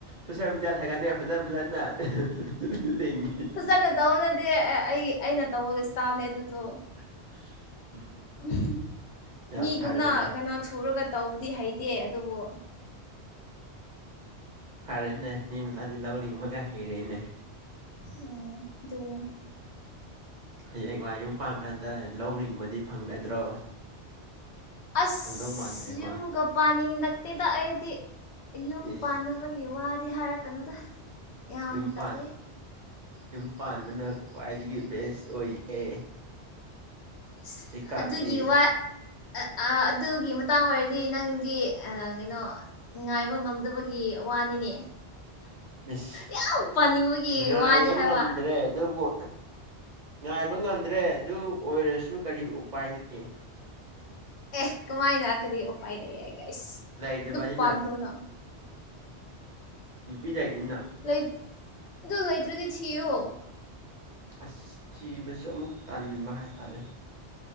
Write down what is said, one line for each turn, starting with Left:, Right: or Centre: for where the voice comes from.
Right: ꯁꯣꯁꯤꯌꯦꯜ ꯃꯦꯗꯤꯌꯥ ꯊꯥꯒꯠꯅꯤꯉꯥꯏ ꯐꯖ ꯐꯖꯅ <unintelligible> ꯂꯤꯡꯉꯤ
Left: ꯀꯟꯅ ꯇꯧꯋꯅꯗꯤ ꯑꯩ ꯑꯩꯅ ꯇꯧꯕꯒꯤ ꯏꯁꯇꯥꯏꯜꯅꯦ ꯑꯗꯨꯗꯣ
Right: <inaudible>
Left: <unintelligible>
Right: ꯌꯥꯝ
Left: ꯃꯤꯒꯨꯝꯅ
Right: ꯐꯔꯦꯅꯦ
Left: ꯀꯩꯅꯣ ꯁꯨꯔꯒ ꯇꯧꯕꯗꯤ ꯍꯩꯇꯦ ꯑꯗꯨꯕꯨ
Right: ꯐꯔꯦꯅꯦ ꯃꯤ ꯃꯆꯥꯗꯤ ꯂꯧ ꯂꯤꯡꯕꯒ ꯍꯩꯔꯦꯅꯦ
Left: ꯑꯨꯝ ꯗꯨꯅꯦ꯫
Right: ꯍꯌꯦꯡꯋꯥꯢ ꯌꯨꯝ ꯄꯥꯟꯀꯥꯟꯗ ꯂꯧ ꯔꯤꯡꯕꯗꯤ ꯐꯪꯒꯗ꯭ꯔꯣ꯫
Left: ꯑꯁ
Right: ꯐꯪꯗꯧ ꯃꯥꯟꯗ꯭ꯔꯦꯀꯣ
Left: ꯌꯨꯝ ꯒ꯫ ꯄꯥꯅꯤꯡꯂꯛꯇꯦꯗ ꯑꯩꯗꯤ ꯌꯨꯝ
Right: ꯏꯁ
Left: ꯄꯥꯟꯅꯕꯒꯤ ꯋꯥꯗꯤ ꯍꯥꯏꯔꯛꯀꯅꯨꯗ꯫ ꯌꯥꯝ
Right: ꯌꯨꯝꯄꯥꯟ
Left: ꯇꯜꯂꯦ
Right: ꯌꯨꯝ ꯄꯥꯟꯕꯅ ꯈ꯭ꯋꯥꯏꯗꯒꯤ ꯕꯦꯁ ꯑꯣꯏꯌꯦ꯫
Left: ꯏꯁ
Right: ꯍꯧꯖꯤꯛꯀꯥꯟꯗꯤ
Left: ꯑꯗꯨꯒꯤ ꯋꯥ꯫ ꯑꯥ ꯑꯗꯨꯒꯤ ꯃꯇꯥꯡ ꯑꯣꯏꯔꯗꯤ ꯅꯪꯗꯤ ꯑꯥ ꯀꯩꯅꯣ ꯉꯥꯏꯕ ꯉꯝꯗꯕꯒꯤ ꯋꯥꯅꯤꯅꯦ꯫
Right: ꯏꯁ
Left: ꯌꯥꯝ ꯄꯥꯅꯤꯡꯕꯒꯤ
Right: ꯉꯥꯏꯕ
Left: ꯋꯥꯅꯤ ꯍꯥꯏꯕ
Right: ꯉꯝꯗ꯭ꯔꯦ ꯑꯗꯨꯕꯨ ꯉꯥꯏꯕ ꯉꯝꯗ꯭ꯔꯦ ꯑꯗꯨ ꯑꯣꯏꯔꯁꯨ ꯀꯔꯤ ꯎꯄꯥꯏ ꯂꯩ꯫
Left: ꯑꯦ ꯀꯃꯥꯏꯅ ꯀꯔꯤ ꯎꯄꯥꯏꯂꯩꯑꯥꯢꯒꯦ ꯏꯁ
Right: ꯂꯩꯇꯕꯅꯤꯅ
Left: ꯑꯗꯨ ꯄꯥꯟꯈ꯭ꯔꯣꯅꯥ꯫
Right: ꯅꯨꯄꯤ ꯂꯩꯇꯦꯅ꯫
Left: ꯂꯩꯠ ꯑꯗꯣ ꯂꯩꯇ꯭ꯔꯥꯗꯤ ꯊꯤꯌꯣ
Right: ꯑꯁ ꯊꯤꯕꯁꯨ ꯑꯃꯨꯛ ꯇꯟꯕ ꯍꯥꯏꯇꯥꯔꯦ